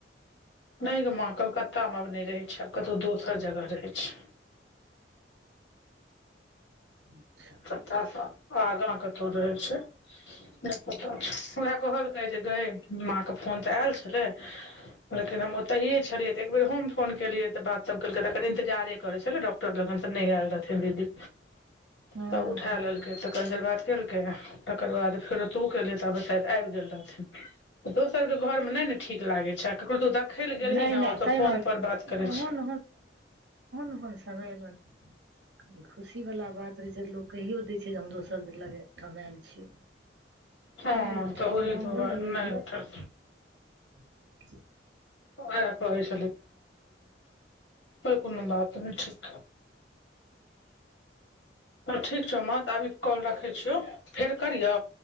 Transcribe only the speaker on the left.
नय गय माँ कलकत्ता मे आब नय रहै छै आब कतहु दोसर जगह रहै छै
<unintelligible> आगाँ कतौ रहे छै <inaudible> पता छै उएह कहलकै जे गय माँके फोन तऽ आयल छलै लेकिन हम ओतहिए छलियै तऽ एक बेेर हम फोन केलियै तऽ बात सब केलके तखन इन्तजारे करै छले डॉक्टर लगन से नय आयल रहथिन दीदी
तब उठा
लेलकै तऽ कनि देर बात केलकै तकर बाद फेरो तू केलही तऽ आब शायद आईब गेल रहथिन दोसरके घरमे नय ने ठीक लागै छै आ ककरो तू देखय लए गेलही
हँ
ओ तऽ
फोनपर बात करै छी
हँ
ओहि
दुआरे
नहि उठल
<inaudible> कोइ कोनु बात नय छै <inaudible> तल ठीक छौ माँ तऽ आब कॉल रखै छियौ फेर करियौ